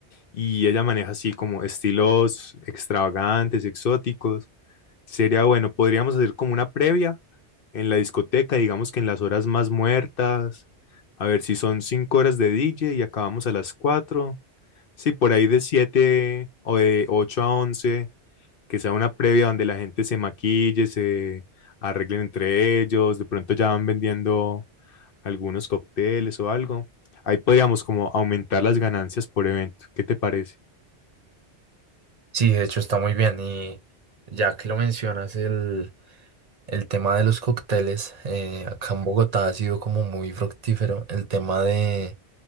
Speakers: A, on the left; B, on the right.
A: y ella maneja así como estilos extravagantes, exóticos. Sería bueno, podríamos hacer como una previa en la discoteca, digamos que en las horas más muertas, a ver si son cinco horas de DJ y acabamos a las cuatro. Sí, por ahí de siete o de ocho a once, que sea una previa donde la gente se maquille, se arreglen entre ellos, de pronto ya van vendiendo algunos cócteles o algo. Ahí podríamos como aumentar las ganancias por evento. ¿Qué te parece?
B: Sí, de hecho está muy bien y ya que lo mencionas, el... El tema de los cócteles, eh, acá en Bogotá ha sido como muy fructífero. El tema de,